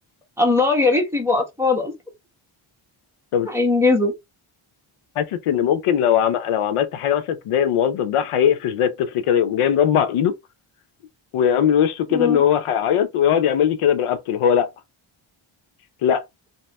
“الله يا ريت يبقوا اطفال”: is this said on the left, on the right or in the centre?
Centre